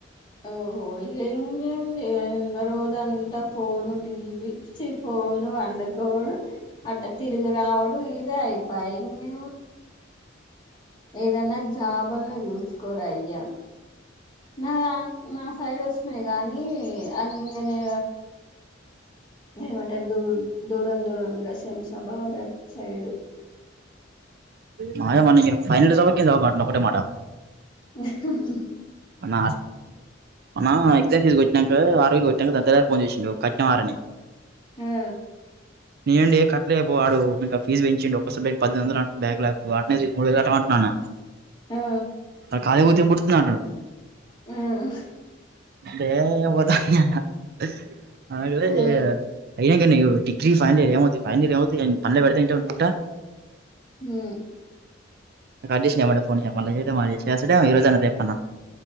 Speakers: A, on the left (about 25°); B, on the right (about 55°).
A: ఓహో ఇగ ఇంగేముంది. <unintelligible> గంతా ఫోను టీవి చ్చి ఫోన్ వండుకోవడు అట్ట తిరుగు రావుడు. ఈ ఇదే అయిపాయి ఇంగే ఏదన్నా జాబ్ అన్నా చూసుకోరా అయ్యా నా నా సైడ్ వస్తున్నాయి కానీ అ ఇంగా నే ఏమ దూ దూరం దూరంగా శంషాబాద్ అటు సైడు
B: మా అయ్య మొన్న ఫైనల్ <unintelligible> ఒకటే మాట.
A: హ్ హ్
B: <unintelligible> మొన్న ఎక్సమ్ ఫీస్ కొట్టినంకా ఆరు వేలు కోట్టినంకా దాని తర్వాత ఫోన్ చేసిండు కట్టినా వారా అని.
A: ఆ
B: నేను డే కట్. రేపు వాడు ఇంకా ఫీజ్ పెంచిండు. <unintelligible> బ్యాక్ పద్దెనిమిది వందలు అంటుడు బ్యాక్ లాగ్ <unintelligible> మూడు వేలు కట్టా మంటుడు అన్న
A: ఆ
B: ఆ కాలేజ్ కి పోతే ఏం పుడ్ <unintelligible> అంటడు.
A: హ్
B: అదే పోతా అన్న నాన్నకు తెలువదిగా
A: ఆ
B: ఏం ఇంకేన్ని నువు డిగ్రీ ఫైనాల్ ఇయర్ ఏం వాద్దు ఫైనాల్ ఇయర్ ఏం వాద్దు పనిలో పెడితేనే వింటావు నువ్వు గిట్ల
A: హ్
B: కట్ చేసిండు ఏమ్మటే మళ్ళా చేయలే చేస్తా డేమో ఈ రోజు అన్న రేపు అన్న